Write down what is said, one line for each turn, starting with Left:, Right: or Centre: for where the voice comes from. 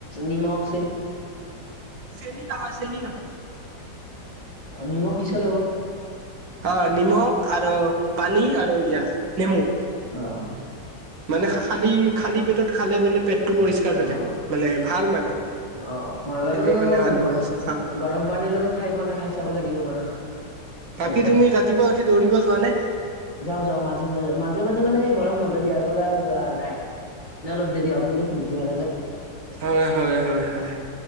Left: নিমখ চেনি
Right: চেনী নহয় চেনী নহয়।
Left: অ নিমখ দিছ কেৱল
Right: অ নিমখ আৰু পানী আৰু এয়া নেমু।
Left: অঁ,,
Right: মানে খালী খালী পেটত খালে বোলে পেটটো পৰিষ্কাৰ হৈ
Left: অ',
Right: থাকে মানে ভাল মানে।
Left: অ মই বাৰু
Right: হেল্থৰ কাৰণে ভাল বোলে
Left: গৰম
Right: চ খাও
Left: গৰম পানীৰ লগত খাই পোৱা নাই খাই চাব লাগিব বাৰু।
Right: বাকী
Left: একবাৰ
Right: তুমি ৰাতিপুৱা উঠি দৌৰিব যোৱানে?
Left: যাওঁ যাওঁ মাজে মাজে, মাজে মাজে মানে গৰম বন্ধ দিয়াৰ পৰা যোৱা নাই। নে অলপ দেৰি হক বুলি ঘুমতি মাৰা যায়
Right: হয় হয় হয় হয়।